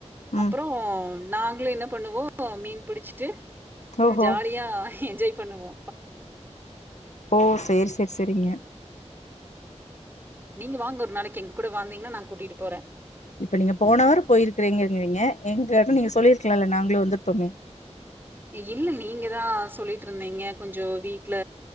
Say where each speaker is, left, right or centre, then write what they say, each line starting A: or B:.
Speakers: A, on the left; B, on the right.
A: ம்
B: அப்புறோ நாங்ளு என்ன பண்ணுவோ மீன் பிடிச்சிட்டு
A: ஓஹோ
B: அ ஜாலியா என்ஜாய் பண்ணுவோ
A: ஓ சேர் செர் செரிங்க
B: நீங்க வாங்க ஒரு நாளைக்கு எங்க கூட வாந்தீங்னா நா கூட்டிட்டு போறே
A: இப்ப நீங்க போனவார போயிருக்குறீங்க றிங்கறிங்க என்டயாச்சு நீங்க சொல்லிருக்லால்ல நாங்களு வந்துருப்பொமே
B: இல்ல நீங்க தா சொல்லிட்ருந்தீங்க கொஞ்சொ வீட்ல